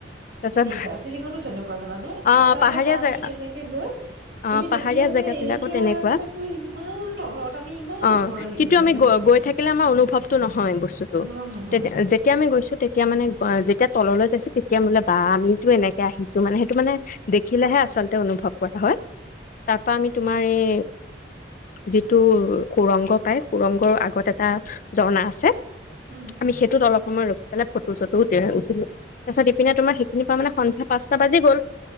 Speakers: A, on the left; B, on the right.
A: তাৰপিছত
B: এই দাৰ্জিলিঙতো তেনেকুৱা জানানে
A: অ',
B: এটা
A: পাহাৰীয়া
B: এটা টাৰ্ণিং
A: জে
B: এনেকে গৈ
A: অ',
B: তুমি
A: পাহাৰীয়া
B: দেখিবা যে
A: জেগাবিলাকো
B: এৰি থৈ
A: তেনেকুৱা
B: অহা ৰাস্তাটো ইমান তলত আমি ইমান
A: অ
B: ওপৰত আহিলো
A: কিন্তু
B: মানে
A: আমি
B: তেনেকুৱা
A: গৈ থাকিলে আমাৰ অনুভৱটো নহয় বস্তুতটো
B: অনুভৱ নহয়
A: তেতিয়া যেতিয়া আমি গৈছো তেতিয়া মানে যেতিয়া তল চাইছো তেতিয়া বোলে বা আমিতো এনেকে আহিছো মানে মানে দেখিলেহে আচলতে অনুভৱ হয় তাৰ আমি তোমাৰ এই যিটো সুৰংগ পায় সুৰংগৰ আগত এটা ঝৰ্ণা আছে।
B: উম
A: আমি সেইটোত অলপ সময় ৰ ে ফটো চটো উঠ উঠিলো তাৰপিছত ইপিনে তোমাৰ সেইখিনি পৰা সন্ধিয়া পাচটা বাজি গল।